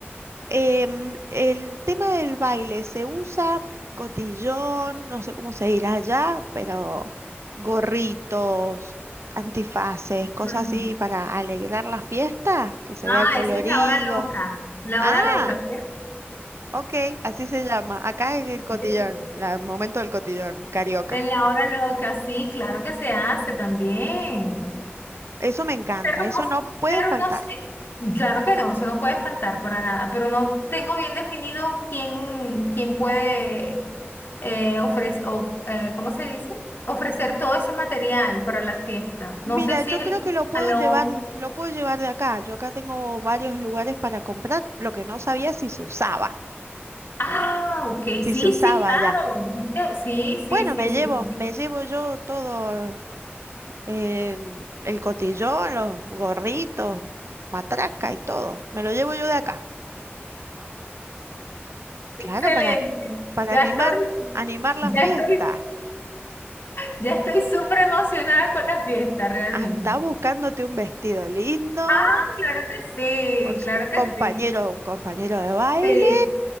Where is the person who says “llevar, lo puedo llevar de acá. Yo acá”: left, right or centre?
Right